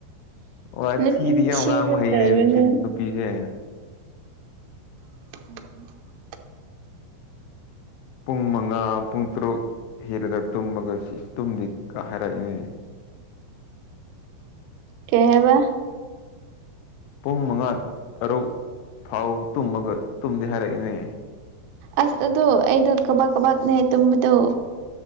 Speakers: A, on the left; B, on the right.
A: ꯑꯣ
B: ꯅꯆꯤꯟ
A: ꯁꯤꯤꯗꯤ ꯌꯥꯝ
B: ꯊꯤꯕ
A: ꯉꯥꯡꯕ ꯍꯩꯔꯦ
B: ꯇꯧꯒꯅꯨ
A: ꯁꯤ ꯅꯨꯄꯤꯁꯦ
B: ꯎꯝ
A: ꯄꯨꯡ ꯃꯉꯥ ꯄꯨꯡ ꯇꯔꯨꯛ ꯍꯤꯔꯒ ꯇꯨꯝꯃꯒ ꯇꯨꯝꯗꯤꯒ ꯍꯥꯏꯔꯛꯏꯅꯦ
B: ꯀꯩꯍꯕ
A: ꯄꯨꯡ ꯃꯉꯥ ꯇꯔꯨꯛ ꯐꯥꯎ ꯇꯨꯝꯃꯒ ꯇꯨꯝꯗꯤ ꯍꯥꯏꯔꯛꯏꯅꯦ
B: ꯑꯁ ꯑꯗꯨ ꯑꯩꯗ ꯀꯕꯥ ꯀꯕꯥꯥꯛꯅꯦ ꯇꯨꯝꯗꯨ